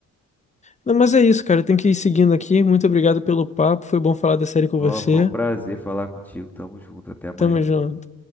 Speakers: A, on the left; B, in the centre.
A: Não, mas é isso, cara, eu tenho que ir seguindo aqui. Muito obrigado pelo papo, foi bom falar da série com
B: Ó,
A: você.
B: foi um prazer falar contigo. Tamo junto, até amanhã.
A: Tamo junto.